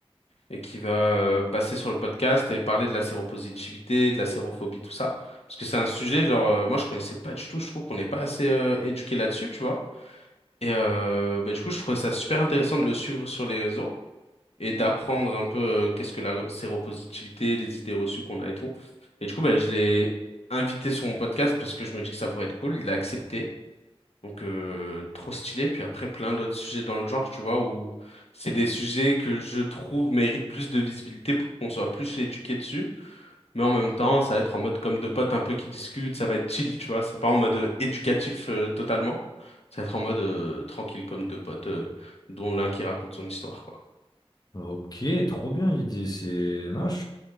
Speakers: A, on the left (about 85°); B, on the left (about 40°).
A: et qui va euh, passer sur le podcast et parler de la séropositivité, de la sérophobie, tout ça. Parce que c'est un sujet, genre, euh, moi, je connaissais pas du tout, je trouve qu'on n'est pas assez euh, éduqué là-dessus, tu vois. Et euh, ben, du coup, je trouvais ça super intéressant de le suivre sur les réseaux et d'apprendre un peu euh, qu'est-ce que la séropositivité, les idées reçues qu'on a et tout. Et du coup, ben, je l'ai invité sur mon podcast parce que je me dis que ça pourrait être cool. Il a accepté. Donc, euh, trop stylé. Puis après, plein d'autres sujets dans le genre, tu vois, où c'est des sujets que je trouve méritent plus de visibilité pour qu'on soit plus éduqué dessus mais en même temps, ça va être en mode comme deux potes un peu qui discutent, ça va être chill, tu vois. C'est pas en mode euh, éducatif euh, totalement. Ça va être en mode euh, tranquille, comme deux potes, euh, dont l'un qui raconte son histoire, quoi.
B: Ok, trop bien l'idée. C'est non, je